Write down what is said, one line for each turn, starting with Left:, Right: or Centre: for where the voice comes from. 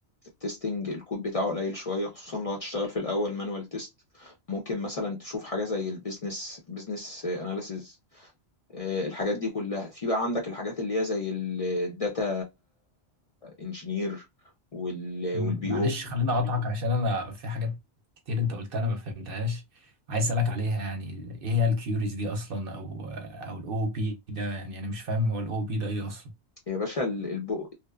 Left: التستنج الكود بتاعه قليل شوية خصوصا لو هتشتغل في الاول مانوال تيست ممكن مثلا تشوف حاجة زي البيزنس بيزنس اناليسز آه، الحاجات دي كلها في بقى عندك الحاجات اللي هي زي الداتا انجينير والبي
Right: م- معلش
Left: او
Right: خليني اقاطعك عشان انا في حاجات كتير انت قلتها انا ما فهمتهاش عايز اسالك عليها يعني ايه هي الكيوريز دي اصلا او او الاو بي ده يعني انا مش فاهم هو الاو بي ده ايه اصلا
Left: يا باشا الاو